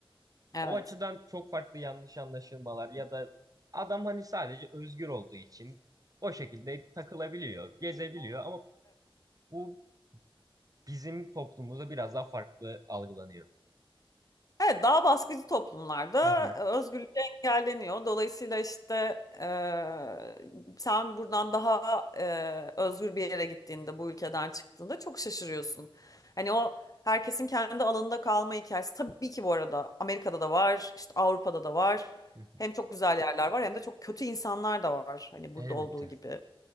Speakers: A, on the left; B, on the right.
A: evet.
B: O açıdan çok farklı yanlış anlaşılmalar ya da adam hani sadece özgür olduğu için o şekilde takılabiliyor, gezebiliyor ama bu bizim toplumumuzda biraz daha farklı algılanıyor.
A: Evet, daha baskıcı toplumlarda
B: Hı hı.
A: e, özgürlük engelleniyor. Dolayısıyla işte e, sen buradan daha e, özgür bir yere gittiğinde, bu ülkeden çıktığında çok şaşırıyorsun. Hani o herkesin kendi alanında kalma hikayesi. Tabii ki bu arada Amerika'da da var, işte Avrupa'da da var.
B: hı hı.
A: Hem çok güzel yerler var hem de çok kötü insanlar da var. Hani
B: Elbette.
A: burada olduğu gibi.